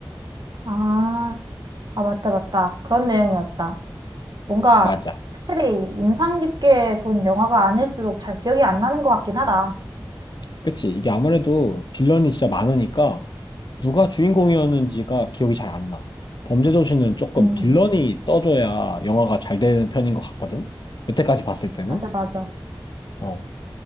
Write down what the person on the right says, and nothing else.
아, 아, 맞다, 맞다. 그런 내용이었다. 뭔가
확실히 인상 깊게 본 영화가 아닐수록 잘 기억이 안 나는 것 같긴 하다.
음,
맞아, 맞아.